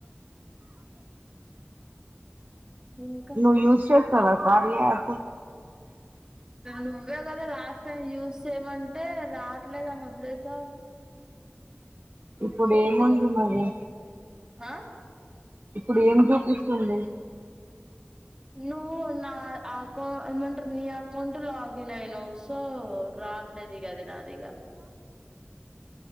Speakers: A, on the right; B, on the right.
A: ఇంక
B: నువ్వు యూస్ చేస్తావా కార్య యాప్
A: నువ్వే కద లాస్ట్ టై యూస్ చేయమని అంటే రాట్లేదని వదిలేసవ్
B: ఇప్పుడు ఏముంది మరి
A: ఆ
B: ఇప్పుడు ఏం చూపిస్తుంది
A: నువ్వు నా ఆ అకౌం ఏమంటరు నీ అకౌంట్ లాగిన్ అయినవు సో రాట్లేదు ఇగ అది నాదిగ